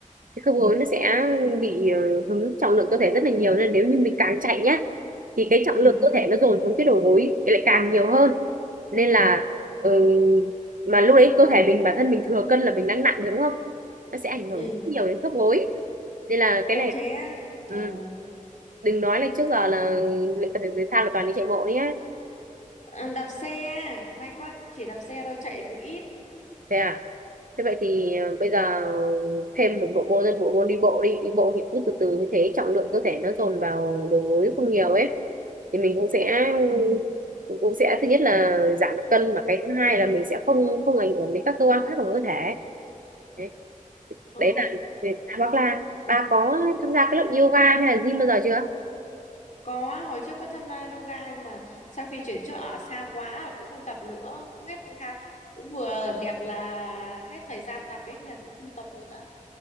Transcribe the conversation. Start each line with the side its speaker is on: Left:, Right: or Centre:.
Right: cái khớp gối nó sẽ bị ờ, hứng trọng lượng cơ thể rất là nhiều nên nếu như mình càng chạy nhá thì cái trọng
Left: ừ
Right: lượng cơ thể nó dồn xuống cái đầu gối thì lại càng nhiều hơn nên là ừ, mà lúc đấy cơ thể mình bản thân mình thừa cân là mình đang nặng rồi đúng không nó sẽ ảnh hưởng
Left: ừ
Right: rất nhiều đến khớp gối nên là cái
Left: ồ
Right: này
Left: thế á trời
Right: ừ,
Left: ơi
Right: đừng nói là trước giờ là luyện tập thể dục thể thao là toàn đi chạy bộ đấy nhá
Left: Ờ, đạp xe may quá cũng chỉ đạp xe thôi chạy cũng ít
Right: thế à Thế vậy thì ờ, bây giờ thêm một bộ môn thêm bộ môn đi bộ đi đi bộ thì cứ từ từ như thế trọng lượng cơ thể nó dồn vào đầu gối không nhiều ấy thì mình cũng sẽ cũng sẽ thứ nhất là giảm được cân mà cái thứ hai là mình sẽ không không ảnh hưởng đến các cơ quan khác của cơ thể đấy,
Left: ờ
Right: đấy là việc- hoặc là bà có tham gia cái lớp yoga hay là gym bao giờ chưa
Left: Có, hồi trước có tham gia yoga nhưng mà sau khi chuyển chỗ ở xa quá là cũng không tập nữa, cũng hết ha, cũng vừa đẹp là hết thời gian tập ấy thì là cũng không tập nữa.